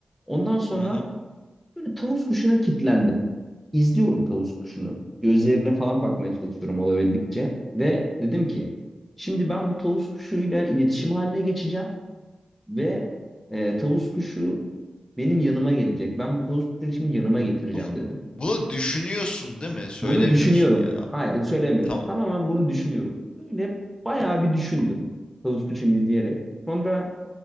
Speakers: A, in the centre; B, on the left (about 55°).
A: Ondan sonra
B: hı hı.
A: böyle tavus kuşuna kitlendim izliyorum tavus kuşunu. Gözlerine falan bakmaya çalışıyorum olabildikçe. Ve dedim ki şimdi ben bu tavus kuşuyla iletişim haline geçeceğim ve e, tavus kuşu benim yanıma gelecek. Ben bu tavus kuşunu şimdi yanıma getireceğim
B: Bunu
A: dedim.
B: bunu düşünüyorsun değil mi? Söylemiyorsun
A: Bunu düşünüyorum.
B: yani. Aa,
A: Hayır söylemiyorum.
B: Tamam.
A: Tamamen bunu düşünüyorum. Böyle bayağı bir düşündüm tavus kuşunu izleyerek. Sonra